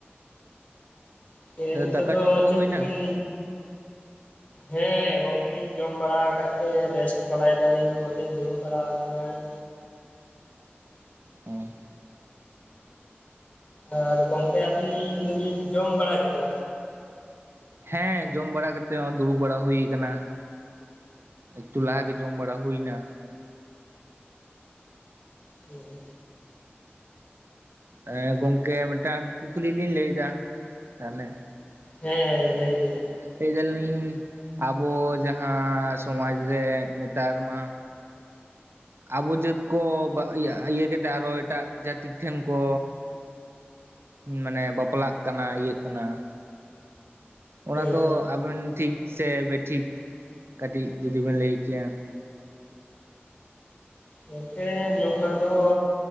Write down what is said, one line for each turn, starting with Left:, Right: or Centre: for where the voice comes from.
Left: ᱦᱮ ᱱᱤᱛᱚᱜ
Right: ᱫᱟᱠᱟ
Left: ᱫᱚ
Right: ᱡᱚᱢ ᱠᱚ
Left: ᱪᱮᱫ
Right: ᱦᱩᱭᱱᱟ
Left: ᱠᱚᱵᱤᱱ ᱦᱮᱸ ᱜᱚᱝᱠᱮ ᱞᱤᱧ ᱡᱚᱢ ᱵᱟᱲᱟ ᱟᱠᱟᱫ ᱛᱮ ᱨᱮᱥᱴ ᱵᱟᱲᱟᱭ ᱫᱟᱞᱤᱧ ᱱᱚᱜᱼᱚᱭ ᱞᱤᱧ ᱫᱩᱲᱩᱵ ᱵᱟᱲᱟ ᱟᱠᱟᱱᱟ ᱾
Right: ᱚᱸ
Left: ᱟᱨ ᱜᱚᱝᱠᱮ ᱟᱹᱵᱤᱱ ᱫᱚᱵᱤᱱ ᱡᱚᱢ ᱵᱟᱲᱟ ᱠᱮᱫᱟ?
Right: ᱦᱮᱸ ᱡᱚᱢ ᱵᱟᱲᱟ ᱠᱟᱛᱮ ᱫᱩᱲᱩᱵ ᱵᱟᱲᱟ ᱦᱩᱭ ᱠᱟᱱᱟ ᱾ ᱮᱠᱴᱩ ᱞᱟᱦᱟ ᱜᱮ ᱡᱚᱢ ᱵᱟᱲᱟ ᱦᱩᱭᱮᱱᱟ ᱾
Left: ᱦᱩᱸ
Right: ᱦᱮ ᱜᱚᱝᱠᱮ ᱢᱤᱫᱴᱟᱝ ᱠᱩᱠᱞᱤ ᱞᱤᱧ ᱞᱟᱹᱭ ᱮᱫᱟ ᱛᱟᱦᱞᱮ᱾
Left: ᱦᱮᱸ ᱞᱟᱹᱭ ᱵᱤᱱ᱾
Right: ᱞᱟᱹᱭ ᱫᱟᱞᱤᱧ ᱟᱵᱚ ᱡᱟᱦᱟᱸ ᱥᱚᱢᱟᱡᱽ ᱨᱮ ᱱᱮᱛᱟᱨ ᱢᱟ ᱟᱵᱚ ᱡᱟᱹᱛ ᱠᱚ ᱵᱟ ᱤᱭᱟᱹ ᱤᱭᱟᱹ ᱠᱟᱛᱮᱫ ᱟᱨᱚ ᱮᱴᱟᱜ ᱡᱟᱹᱛᱤ ᱴᱷᱮᱱ ᱠᱚ ᱢᱟᱱᱮ ᱵᱟᱯᱞᱟᱜ ᱠᱟᱱᱟ ᱤᱭᱟᱹᱜ ᱠᱟᱱᱟ? ᱚᱱᱟ
Left: ᱦᱮᱸ
Right: ᱫᱚ ᱟᱵᱮᱱ ᱴᱷᱤᱠ ᱥᱮ ᱵᱮᱴᱷᱤᱠ ᱠᱟᱹᱴᱤᱡ ᱡᱩᱫᱤ ᱵᱮᱱ ᱞᱟᱹᱭ ᱠᱮᱭᱟ ᱾
Left: ᱜᱚᱝᱠᱮ ᱱᱚᱠᱟ ᱫᱚ